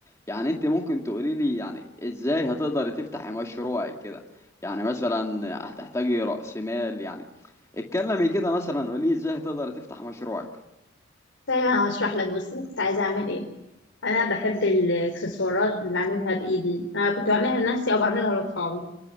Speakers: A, on the left (about 15°); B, on the left (about 80°).
A: يعني انت ممكن تقولي لي يعني ازاي هتقدر تفتحي مشروعك كده يعني مثلا هتحتاجي رأس مال يعني اتكلمي كده مثلا قولي ازاي هتقدر تفتح مشروعك
B: طيب انا هشرح لك بس أنا كنت عايزه اعمل ايه انا بحب الاكسسوارات اللي اعملها بايدي انا كنت بعملها لنفسي او بعملها لاصحابي